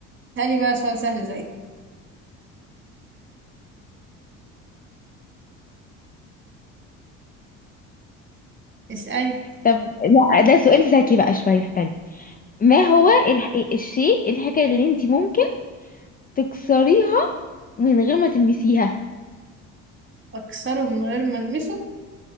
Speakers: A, on the right; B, on the left.
A: بقى سؤال سهل زي اسألي
B: طب لا ده سؤال ذكي بقى شويه استني ما هو الح... الشيء الحاجه اللي انتي ممكن تكسريها من غير ما تلمسيها
A: أكسره من غير ما ألمسه